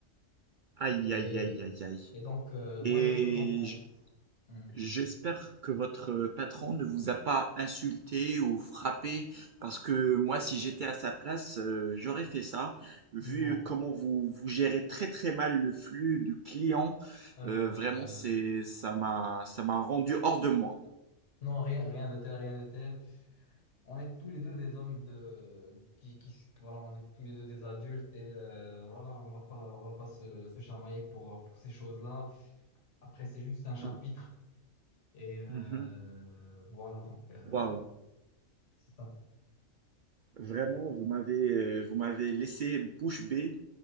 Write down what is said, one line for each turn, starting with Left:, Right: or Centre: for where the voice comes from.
Right: Aïe,
Left: et,
Right: aïe, aïe, aïe, aïe.
Left: et donc, euh,
Right: Et
Left: moi, je peux comprendre.
Right: j-
Left: Hmm.
Right: J'espère que votre euh, patron ne vous a pas insulté ou frappé, parce que moi, si j'étais à sa place, euh, j'aurais fait ça. Vu
Left: Non,
Right: comment vous, vous gérez très très mal le flux du client,
Left: Euh,
Right: euh, vraiment, c'est, ça m'a, ça m'a rendu hors de moi.
Left: non, rien, rien de tel, rien de tel. On est tous les deux des hommes de, qui, qui, voilà, on est tous les deux des adultes et euh, voilà, on va pas, on va pas se, se chamailler pour, pour ces choses-là. Après, c'est juste un chapitre
Right: Mhm.
Left: et euh,
Right: Mhm.
Left: voilà, donc, euh,
Right: Waouh,
Left: c'est ça.
Right: vraiment, vous m'avez, euh, vous m'avez laissé bouche bée.